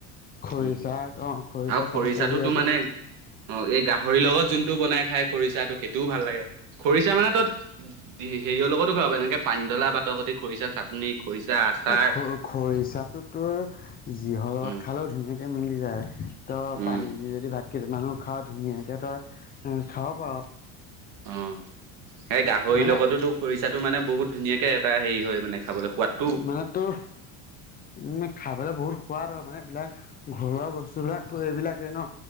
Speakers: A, on the left; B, on the right.
A: খৰিচা
B: উম
A: অ', খৰিচা
B: আৰু খৰিচাটোতো
A: খাব পাৰিবি আকৌ
B: মানে অ', এই গাহৰিৰ লগত যোনটো বনাই খাই খৰিচাটো সেইটোও ভাল লাগে খৰিচা মানে ত হেৰিঅ' লগতো খাব পাৰি যেনেকে পানী ধলা ভাতৰ সতি খৰিচা চাটনি খৰিচা আচাৰ
A: এ খ খৰিচাটোতো যিহৰত
B: উম
A: খালেও ধুনীয়াক এ, মিলি যায় তই
B: উম
A: পানী দি যদি ভাত কেইটামানো খাৱ ধুনীয়াকে তই উম, খাব পাৰ।
B: অ', এই গাহৰিৰ
A: মানে
B: লগতোতো খৰিচাটো মানে বহুত ধুনীয়াকৈ এটা হেৰি হয় মানে খাবলৈ সোৱাদ
A: মানে তোৰ উম, খাবলৈ বহুত সোৱাদ হয় মানে এইবিলাক ঘৰুৱা বস্তুবিলাকতো এইবিলাকেই ন।